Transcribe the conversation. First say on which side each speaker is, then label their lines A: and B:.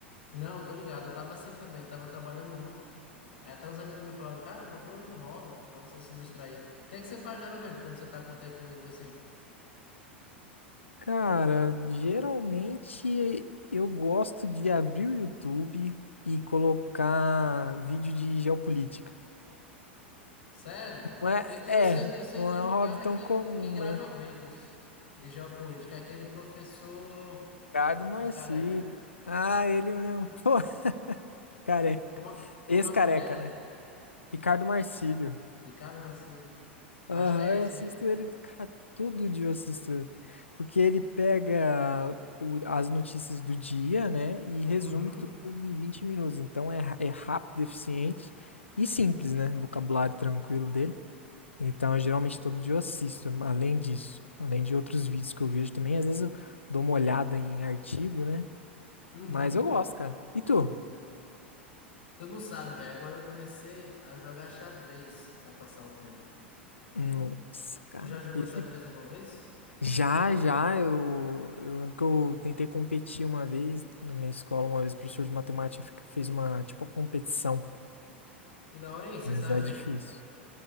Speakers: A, on the left (about 65°); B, on the left (about 85°).
A: Não, eu tô ligado. Eu tava assim também, tava trabalhando muito. Aí até os amigos meus falaram, cara, procura algum hobby pra você se distrair. O que é que você faz geralmente quando você tá com tempo livre assim?
B: Cara, geralmente eu gosto de abrir o YouTube e colocar vídeo de geopolítica.
A: Sério?
B: Não é,
A: Eu, te- eu sei,
B: é,
A: eu sei
B: não
A: de
B: é
A: um
B: um hobby
A: cara
B: tão
A: que,
B: comum,
A: fa- que grava
B: né?
A: vídeos de geopolítica, aquele professor,
B: Ricardo Marcílio.
A: um careca.
B: Ah, ele mesmo. <laughs> Pô, careca.
A: Como,
B: Ex-careca,
A: como é o nome dele?
B: né? Ricardo Marcílio.
A: Ricardo Bacilli.
B: Aham,
A: Eu acho que é
B: eu
A: esse
B: assisto
A: mesmo.
B: ele, cara, todo dia eu assisto ele. Porque ele pega o- as notícias do dia, né, e resume
A: Uhum.
B: tudo em 20 minutos. Então é, ra- é rápido, eficiente e simples, né? Vocabulário tranquilo dele. Então, eu, geralmente todo dia eu assisto, além disso, além de outros vídeos que eu vejo também. Às vezes eu dou uma olhada em artigo, né?
A: Uhum.
B: Mas eu gosto, cara. E tu?
A: Tu não sabe, velho. Agora eu comecei a jogar xadrez pra passar o tempo.
B: Nossa, cara.
A: Tu já jogou
B: Esse
A: xadrez alguma vez?
B: Já, já, eu, eu lembro que eu tentei competir uma vez na minha escola, uma vez o professor de matemática fe- fez uma, tipo, uma competição,
A: Que da hora, aí Você
B: mas
A: saiu
B: é
A: bem?
B: difícil.